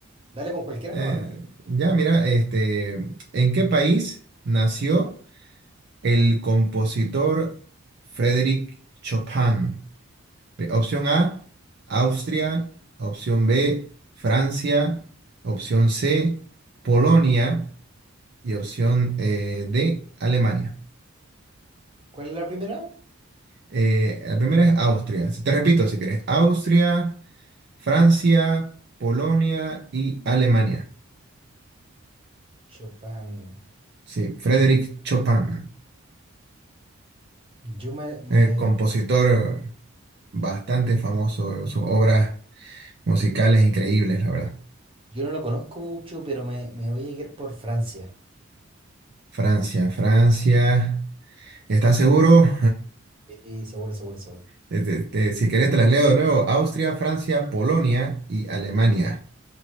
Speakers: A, on the right (about 25°); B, on the right (about 50°).
A: Dale con cualquiera
B: Eh,
A: nomás. ¿eh?
B: ya, mira, este, ¿en qué país nació el compositor Frédéric Chopin? Pe- Opción A, Austria. Opción B, Francia. Opción C, Polonia. Y opción eh, D, Alemania.
A: ¿Cuál es la primera?
B: Eh, la primera es Austria. Te repito si querés. Austria. Francia, Polonia y Alemania.
A: Chopin.
B: Sí, Frédéric
A: Yo,
B: Chopin,
A: yo me,
B: eh,
A: me
B: compositor bastante famoso, sus obras musicales increíbles, la verdad.
A: Yo no lo conozco mucho, pero me, me voy a ir por Francia.
B: Francia, Francia. ¿Estás seguro? <laughs>
A: Sí, seguro, seguro, seguro.
B: Te- te- te- si querés te las leo de nuevo. Austria, Francia, Polonia y Alemania.